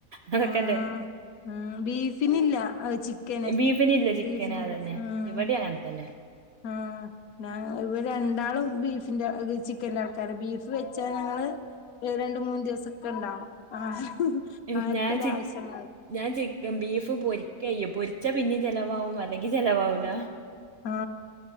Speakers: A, on the right (about 65°); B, on the left (about 70°).
A: അതൊക്കെല്ലേ
B: ആഹ് ഉം ബീഫിനില്ല ആ ചിക്കന്
A: ബീഫിനില്ലേ ചിക്കന്
B: ബീഫിനില്ല
A: അതന്നെ
B: ഉം
A: ഇവിടെ അങ്ങനെ തന്നെ
B: ആ ഞ ഇവ രണ്ടാളും ബീഫിന്റെ ചിക്കന്റെ ആൾക്കാര് ബീഫ് വെച്ചാ ഞങ്ങള് രണ്ട് മൂന്നു ദിവസൊക്കെ ഉണ്ടാവും ആ
A: ഇപ്പ
B: ആർക്കും
A: ഞാൻ
B: ഇത്
A: ചിക്ക്
B: ആവശ്യ <unintelligible>
A: ഞാൻ ചിക്കൻ ബീഫ് പൊരിക്ക ചെയ്യാ പൊരിച്ചാ പിന്നെ ചെലവാവും അല്ലെങ്കി ചെലവാവൂല
B: ആ